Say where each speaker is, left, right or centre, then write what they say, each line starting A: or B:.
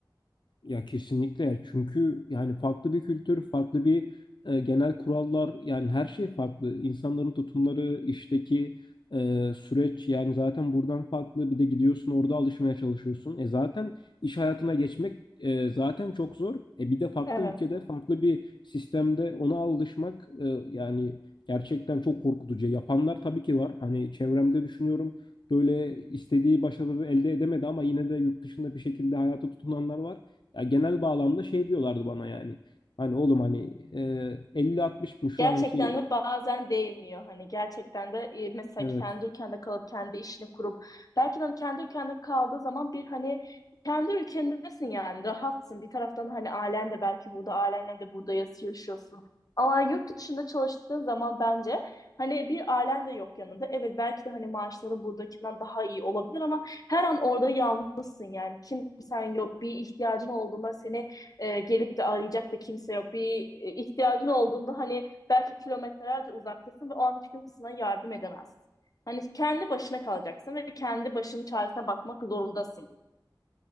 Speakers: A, on the left; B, on the left.
A: Ya kesinlikle çünkü yani farklı bir kültür, farklı bir e, genel kurallar yani her şey farklı. İnsanların tutumları, işteki e, süreç yani zaten buradan farklı. Bir de gidiyorsun orada alışmaya çalışıyorsun. E zaten iş hayatına geçmek e, zaten çok zor. E bir de farklı
B: evet
A: ülkede, farklı bir sistemde ona alışmak e, yani gerçekten çok korkutucu. Yapanlar tabii ki var. Hani çevremde düşünüyorum böyle istediği başarıları elde edemedi ama yine de yurt dışında bir şekilde hayata tutunanlar var. Ya genel bağlamda şey diyorlardı bana yani. Hani oğlum hani e, 50-60 bin şu
B: Gerçekten
A: anki
B: de bazen değmiyor. Hani gerçekten de e, mesela
A: evet
B: kendi ülkende kalıp kendi işini kurup belki de hani kendi ülkende kaldığı zaman bir hani kendi ülkendesin yani rahatsın. Bir taraftan hani ailen de belki burada ailenle de burada yas- yaşıyorsun. Ama yurt dışında çalıştığın zaman bence hani bir ailen de yok yanında. Evet belki de hani maaşları buradakinden daha iyi olabilir ama her an orada yalnızsın yani. Kimsen yok. Bir ihtiyacın olduğunda seni e, gelip de arayacak da kimse yok. Bir e, ihtiyacın olduğunda hani Belki kilometrelerce uzaktasın ve o an hiç kimse sana yardım edemez. Hani kendi başına kalacaksın ve kendi başının çaresine bakmak zorundasın.